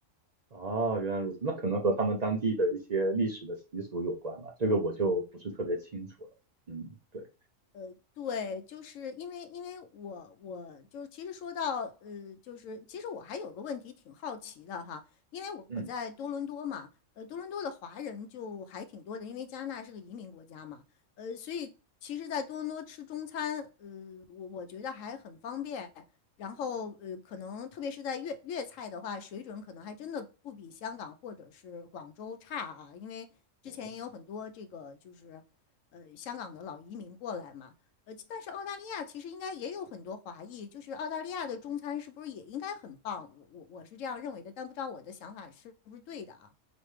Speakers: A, on the right; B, on the left.
A: 哦，原来如此。那可能和他们当地的一些历史的习俗有关吧，这个我就不是特别清楚了。嗯，对，
B: 呃，对，就是因为因为我我就是其实说到呃，就是其实我还有个问题挺好奇的哈，因为我在多伦多嘛，
A: 嗯。
B: 呃，多伦多的华人就还挺多的，因为加拿大是个移民国家嘛，呃，所以其实，在多伦多吃中餐，呃，我我觉得还很方便，然后呃，可能特别是在粤粤菜的话，水准可能还真的不比香港或者是广州差啊，因为之前也有很多这个就是。
A: 哦，
B: 呃香港的老移民过来嘛。呃，但是澳大利亚其实应该也有很多华裔，就是澳大利亚的中餐是不是也应该很棒？我我我是这样认为的，但不知道我的想法是不是对的啊？